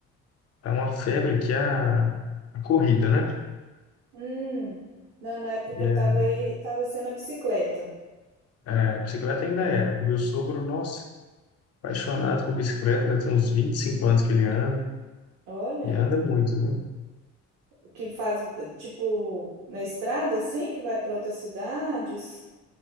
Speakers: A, on the left; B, on the right.
A: tá uma febre que é a, a corrida, né?
B: Hum, não, na época
A: E
B: que eu
A: aí,
B: tava aí, tava sendo a bicicleta.
A: é, bicicleta ainda é. O meu sogro, nossa, apaixonado por bicicleta, já tem uns 25 anos que ele anda,
B: Olha,
A: e anda muito, né?
B: o que faz, eh, tipo, na estrada, assim, que vai para outras cidades.